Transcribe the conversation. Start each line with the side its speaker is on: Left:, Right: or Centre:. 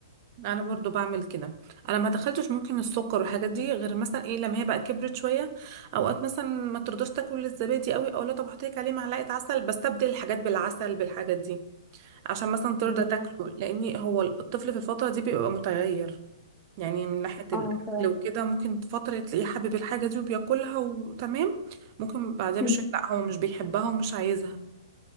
Right: انا برضو بعمل كده انا ما دخلتش ممكن السكر والحاجات دي غير مثلا ايه لما هي بقى كبرت شويه اوقات مثلا ما ترضاش تاكل الزبادي قوي او لا طب احط لك عليه معلقه عسل بستبدل الحاجات بالعسل بالحاجات دي عشان مثلا ترضى
Centre: جميل.
Right: تاكله لان هو الطفل في الفتره دي بيبقى متغير يعني من ناحيه الاكل
Centre: اه فعلا
Right: وكده ممكن فتره تلاقيه حابب الحاجه دي وبياكلها وتمام ممكن بعدها
Centre: مم.
Right: بشويه لا هو مش بيحبها ومش عايزها